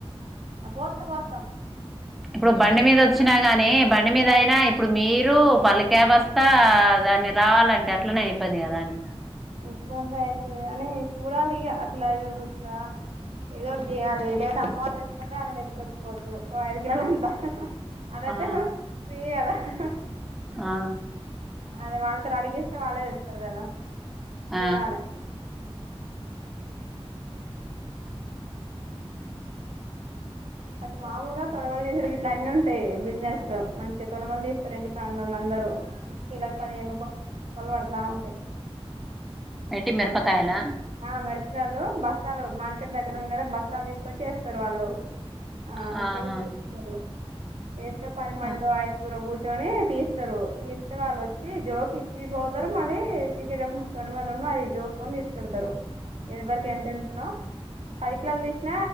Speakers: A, on the right (about 80°); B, in the centre.
A: పోత్తా పోత్తా
B: ఇప్పుడు బండి మీద వచ్చినా గానీ బండి మీద అయినా ఇప్పుడు మీరు పల్లీకాయ బస్తా దాని మీద రావాలంటే అట్ల నే ఇబ్బంది కదా అండి
A: ఇబ్బంది అయితది గాని చూడాలిగ అట్లా చుస్ రా ఏదో ఒకటి చేయ్యాలి లే <unintelligible> మోర్ ఎసుకుంట అన్నాం ఎత్ కొత్ కోవచ్చు ఓ ఐదుగిన్నలంతా ఆహ్ ఆహ్ అదైతే
B: ఆ
A: హా ఫ్రీ కదా ఆహ్
B: ఆ
A: ఆహ్ అద్ వాళ్ళతో అడిగిస్తే వాళ్ళే చెప్ తరు కదా
B: ఆ
A: చూడాలి అటు మామూలుగా తొడవలు తీశుడు ఇట్లా అన్ని ఉంటాయి బిజినెస్ లో మంచిగా తొనమల్ తీస్తారు ఇంటి కానోలందరు కిలక్ పదిహేను రూపల్ రూపాయలు <unintelligible> పడతా ఉంటాయి
B: ఏంటి మిరపకాయలా
A: అట్ల్ ఆ మీరప్ కాయిలు బస్తాలో మార్ <unintelligible> ఇక్కడ దగ్గర దగ్గర బస్తాలు తీసుకొచ్చేస్తారు వాళ్ళు ఆ
B: ఆహా
A: తెలు తెన్నారు <unintelligible> ఏస్తే పదిమందో
B: ఆ
A: ఐదుగురో కూష్ కూర్చొని తీస్తారు తీస్తే వాళ్ళు వచ్చి జోకిచ్చి ఇచ్చిపోతారు మళ్ళీ తీసుకెల్ టప్పుడు తొన్ మల్ రెండ్ ఎవరికి ఎంత ఎంత నో పది కిలోలు తీశిన